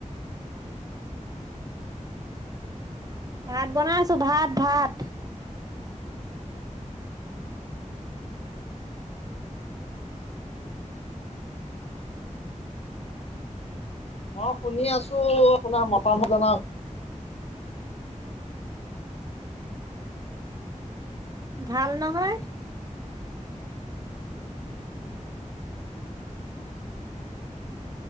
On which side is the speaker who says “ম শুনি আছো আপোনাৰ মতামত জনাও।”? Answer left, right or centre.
Left